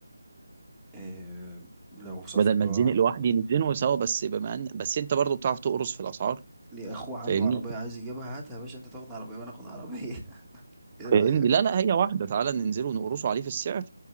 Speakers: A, in the centre; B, on the right.
A: اه لو صفقة
B: بدل ما اتزنق لوحدي نتزنقوا سوا بس بما ان بس انت برضو بتعرف تقرص في الاسعار
A: ليه اخوه عنده
B: فاهمني
A: عربية عايز يجيبها هاتها يا باشا انت تاخد عربية وانا اخد عربية <laughs> ايه رأيك
B: فاهمني لا لا هي واحده تعالى ننزل ونقرصوا عليه في السعر